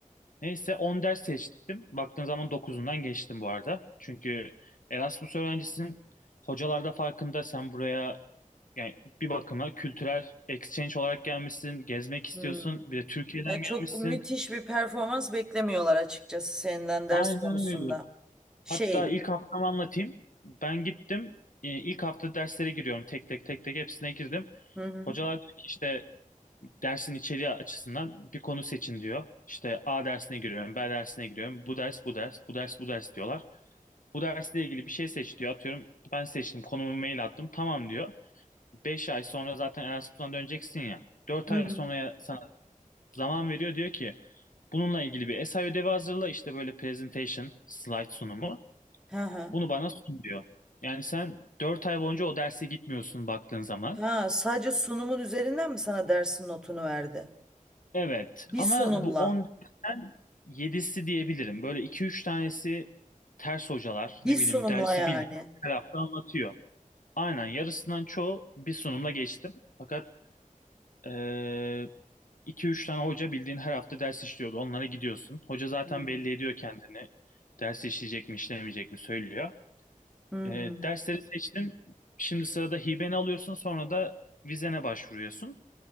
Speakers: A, on the left; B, in the centre.
A: Neyse 10 ders seçtim. Baktığın zaman dokuzundan geçtim bu arada. Çünkü Erasmus öğrencisinin hocalarda farkında sen buraya yani bir bakıma kültürel exchange olarak gelmişsin, gezmek istiyorsun,
B: Hmm.
A: bir de Türkiye'den
B: Ya çok
A: gelmişsin.
B: müthiş bir performans beklemiyorlar açıkçası senden ders
A: Aynen
B: konusunda
A: öyle.
B: şey
A: Hatta ilk haftamı anlatayım. Ben gittim. e, ilk hafta derslere giriyorum. Tek tek tek tek hepsine girdim.
B: Hı hı.
A: Hocalar diyor ki işte dersin içeriği açısından bir konu seçin diyor. İşte A dersine giriyorum, B dersine giriyorum. Bu ders, bu ders, bu ders, bu ders diyorlar. Bu dersle ilgili bir şey seç diyor. Atıyorum ben seçtim, konumu mail attım. Tamam diyor. beş ay sonra zaten Erasmus'tan döneceksin ya. dört
B: Hı
A: ay
B: hı.
A: sonra sana zaman veriyor. Diyor ki bununla ilgili bir essay ödevi hazırla. işte böyle presentation, slide sunumu.
B: Ha ha.
A: Bunu bana sun diyor. Yani sen 4 ay boyunca o derse gitmiyorsun baktığın zaman.
B: Ha, sadece sunumun üzerinden mi sana dersin notunu verdi?
A: Evet
B: Bir
A: ama
B: sunumla.
A: bu 14'ten yedisi diyebilirim. Böyle iki üç tanesi ters hocalar
B: Bir
A: ne
B: sunumla
A: bileyim dersi
B: yani.
A: bildiğin tarafta anlatıyor. Aynen yarısından çoğu bir sunumla geçtim. Fakat eee 2-3 tane hoca bildiğin her hafta ders işliyordu. Onlara gidiyorsun. Hoca zaten
B: Hı hı.
A: belli ediyor kendini. Ders işleyecek mi işlemeyecek mi söylüyor.
B: Hı
A: Eee,
B: hı.
A: dersleri seçtin. Şimdi sırada hibeni alıyorsun sonra da vizene başvuruyorsun.